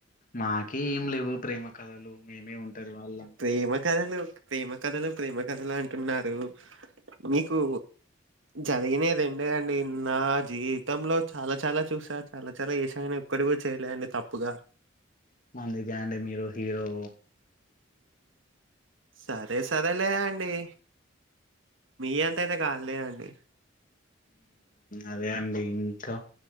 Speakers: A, on the left (about 45°); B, on the right (about 85°).
A: మాకి ఏం లేవు ప్రేమ కథలు మేమే ఓంటరి వాళ్ళం.
B: ప్రేమ కథలు ప్రేమ కథలు, ప్రేమ కథలు అంటున్నారు మీకు జరిగినయి రెండే అండి నా జీ వితంలో చాలా చాలా చూసా, చాలా చాలా చేసా గాని ఎక్కటి కూడా చేయలేదండి తప్పుగా.
A: అందుకే అండి మీరు హీరో.
B: సరే సరేలే అండి. మీ అంత అయితే కాదులే అండి
A: అదే అండి ఇంకా.